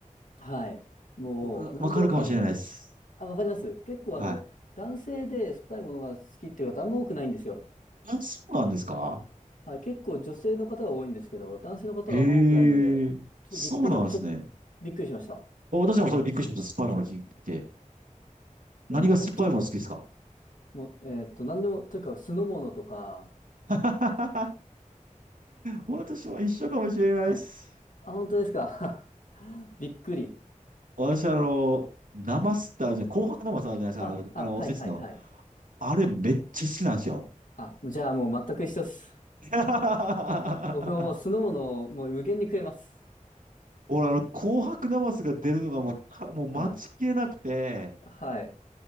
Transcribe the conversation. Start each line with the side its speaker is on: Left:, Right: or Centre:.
Left: はい。もう、
Right: わわかるかもしれないです。
Left: 何でもかんでも、あ、わかります。結構、
Right: はい。
Left: あの、男性で酸っぱいものが好きっていう方、あんま多くないんですよ。
Right: あそうなんですか
Left: はい。結構、女性の方が多いんですけど、男性の方はあんま多くないので、
Right: へえ、
Left: ちょっとびっ、
Right: そうなんですね。
Left: 今、ちょっとびっくりしました。
Right: 私もそれびっくりしました。酸っぱいもの聞いて。何が酸っぱいもの好きですか
Left: いや、もう、本当、もう、えーっと、何でも、というか、酢の物とか、
Right: <laughs> 私も一緒かもしれないです。
Left: あ、あ、本当ですか。<laughs> びっくり。
Right: 私、あの、生スってあるじゃん、紅白生スあるじゃないですか。
Left: あ、あ、
Right: あの、あのおせちの。
Left: はいはいはい。
Right: あれめっちゃ好きなんですよ。
Left: あ、じゃあ、もう、全く一緒です。
Right: <laughs>
Left: 僕はもう酢の物をもう無限に食えます。
Right: 俺、あの、紅白ナマスが出るのがもう、か、もう待ちきれなくて、
Left: あ、はい。